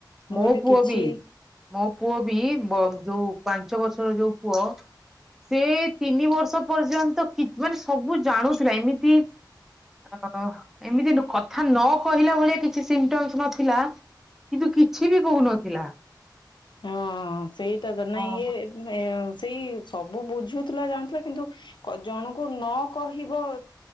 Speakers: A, on the left (about 85°); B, in the centre.
A: ମୁଁ
B: ମୋ
A: କହିଲି
B: ପୁଅ
A: କିଛି
B: ବି, ମୋ ପୁଅ ବି ବ ଯୋଉ ପାଞ୍ଚ ବର୍ଷର ଯୋଉ ପୁଅ ସେ ତିନି ବର୍ଷ ପର୍ଯ୍ୟନ୍ତ କି ମାନେ ସବୁ ଜାଣୁଥିଲା ଏମିତି ଓ, ଏମିତି କଥା ନ କହିଲା ଭଳିଆ କିଛି ସିମଣ୍ଟମଶ ନଥିଲା କିନ୍ତୁ କିଛି ବି କହୁନଥିଲା।
A: ହଁ, ସେଇଟା ତ ନାଇ
B: ହଁ।
A: ଇଏ ନା ସେଇ ସବୁ ବୁଝୁଥିଲା ଜାଣୁଥିଲା କିନ୍ତୁ କ ଜଣୁକୁ ନ କହିବ